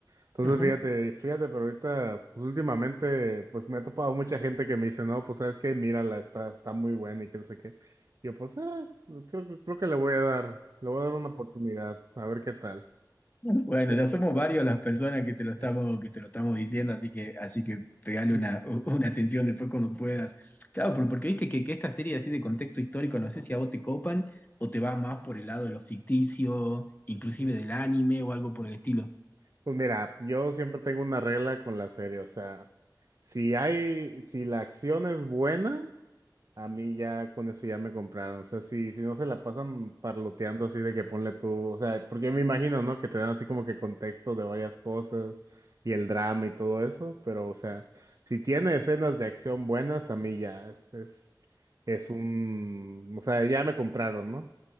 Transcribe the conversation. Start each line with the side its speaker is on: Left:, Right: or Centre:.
Right: Entonces,
Left: ujú.
Right: fíjate, fíjate, pero ahorita, pues últimamente, pues me ha topado mucha gente que me dice, no, pues sabes qué, mírala, está, está muy buena y que no sé qué. Yo, pues, ah, creo, que- creo que le voy a dar, le voy a dar una oportunidad, a ver qué tal.
Left: Bueno,
Right: Es-
Left: ya somos
Right: es- es-
Left: varios las personas que te lo estamos,
Right: es-
Left: que te lo estamos diciendo, así que, así que pegale
Right: Mm,
Left: una, una atención después cuando puedas. Claro, pero porque viste que, que esta serie así de contexto histórico, no sé si a vos te copan o te va más por el lado de lo ficticio, inclusive
Right: mm.
Left: del anime o algo por el estilo.
Right: Pues mira, yo siempre tengo una regla con la serie, o sea, si hay, si la acción es buena, A mí ya con eso ya me compraron. O sea, si, si no se la pasan parloteando así de que ponle tú, o sea, porque me imagino, ¿no? Que te dan así como que contexto de varias cosas y el drama y todo eso, pero o sea, si tiene escenas de acción buenas, a mí ya es, es, es un, o sea, ya me compraron, ¿no?